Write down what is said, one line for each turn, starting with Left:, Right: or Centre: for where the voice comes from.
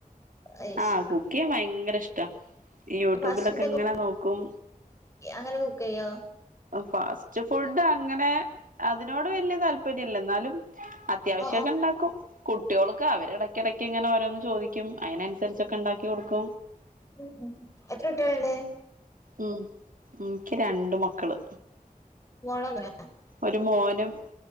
Left: അയ്ശരി
Right: ആഹ് കുക്ക് ചെയ്യഭയങ്കര ഇഷ്ട ഈ യൂട്യൂബിലൊക്കെ
Left: ഫാസ്റ്റ് ഫുഡൊക്കെ
Right: ഇങ്ങനെ നോക്കും
Left: അങ്ങനെ കുക്ക് ചെയ്യോ
Right: ഫാസ്റ്റ് ഫുഡ് അങ്ങനെ അതിനോട് വല്യ താല്പര്യ ഇല്ല എന്നാലും അത്യാവശ്യംക്കെ
Left: ആഹ് ആഹ്
Right: ഉണ്ടാക്കും കുട്ടികൾ അവരെടക്ക ഇടയ്ക്ക് ഇങ്ങനെ രോന്ന് ചോദിക്കും അതിനൻസരിച്ചൊക്കെ ഉണ്ടാക്കി കൊടുക്കും
Left: ഉം ഉം എത്ര കുട്ടികളുണ്ട്
Right: ഉം ഉം ഇക്ക് രണ്ട് മക്കള്
Left: മോളോ <unintelligible> നോ
Right: ഒരു മോനും